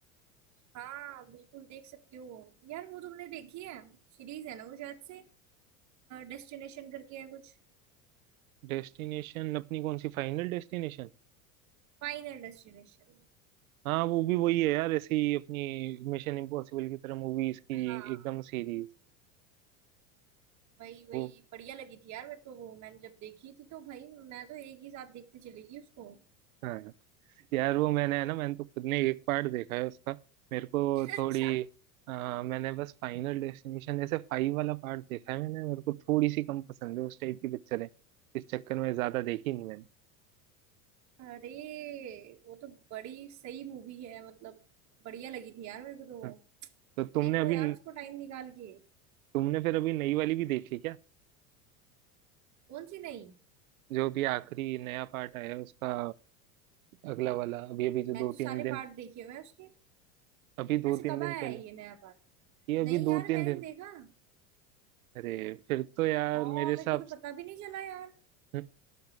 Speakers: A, on the right; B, on the right.
A: हाँ बिल्कुल देख सकते हो यार वो तुमने देखी है सीरीज है ना वो शायद से डेस्टिनेशन करके है कुछ
B: डेस्टिनेशन अपनी कौन सी फाइनल डेस्टिनेशन
A: Final destination
B: हाँ वो भी वही है यार ऐसे ही अपनी मिशन इम्पॉसिबल की तरह मूवीज की
A: हाँ
B: एकदम सीरीज
A: वही वही
B: वो
A: बढ़िया लगी थी यार मेरे को वो मैंने जब देखी थी तो भाई मैं तो एक ही साथ देखते चली गई उसको
B: हाँ यार वो मैंने है ना मैंने तो खुद ने एक पार्ट देखा है उसका मेरे को
A: अच्छा
B: थोड़ी आ, मैंने बस फाइनल डेस्टिनेशन ऐसे फाइव वाला पार्ट देखा है मैंने मेरे को थोड़ी सी कम पसंद है उस टाइप की पिक्चर है इस चक्कर में ज्यादा देखी नहीं मैंने
A: अरे वो तो बड़ी सही मूवी है मतलब बढ़िया लगी थी यार मेरे को तो वो
B: हाँ, तो तुमने
A: देखो
B: अभी
A: यार उसको टाइम निकाल के
B: तुमने फिर अभी नई वाली भी देख ली क्या
A: कौन सी नहीं
B: जो अभी आखिरी नया पार्ट आया है उसका अगला वाला अभी अभी जो
A: मैंने
B: दो
A: तो सारे
B: तीन दिन
A: पार्ट देखे हुए हैं उसके
B: अभी दो
A: वैसे
B: तीन
A: कब
B: दिन
A: आया
B: पहले
A: है ये नया पार्ट
B: ये अभी
A: नहीं
B: दो
A: यार
B: तीन
A: मैंने
B: दिन
A: नहीं देखा
B: अरे फिर तो यार
A: हाँ
B: मेरे हिसाब
A: मेरे को तो पता भी नहीं चला यार
B: से-